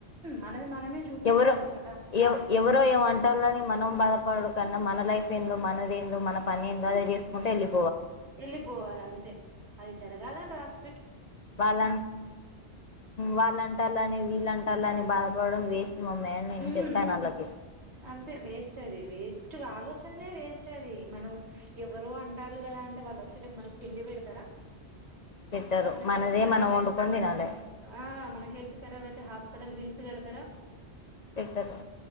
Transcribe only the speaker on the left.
ఎవరో
ఎ ఎవరో ఏం అంటోళ్లని మనం బాధపడడం కన్నా మన లైఫ్ ఏందో మనది ఏందో మన పని ఏందో అదే చేసుకుంట ఎళ్ళి
వాళ్ళ వాళ్ళంటాళ్ళని వీళ్ళంటాళ్ళని బాధపడడం వేస్ట్ మమ్మీ అని నేను
చెప్పాను వాళ్ళకి
పెట్టరు
మనదే
మనం
వండుకొని తినాలి
పెట్టరు